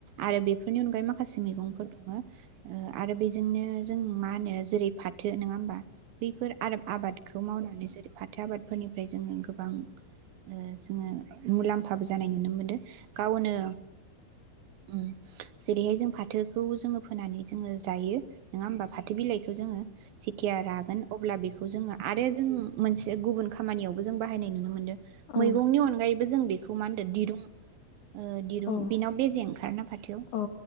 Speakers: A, on the right; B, on the left.
A: आरो बिफोरनि अनगायै माखासे मेगंफोर दङो ओ आरो बेजोंनो जों मा होनो जेरै फाथो नङा ओमबा बिफोर आरोब आबादखौ मावना <unintelligible> फाथो आबादफोरनिफ्राय जोङो गोबां ओ जोङो मुलाम्फाबो जानाय नुनो मोनदो गावनो उम जेरैहाय जों फाथोखौ जोङो फोनानै जोङो जायो। नोङा ओमबा फाथो बिलाइखौ जोङो जिथिया रागोन अब्ला बिखौ खौ जोङो आरो जों मोनसे गुबुन खामानियावबो जों बाहायनाय नु नुनो मोनो मैगं
B: औ
A: अनगायै जों बेखौ मा होनदों दिरुं ओ दिरुं
B: औ औ
A: बिनाव बेजे ओंखारना फाथोआव
B: औ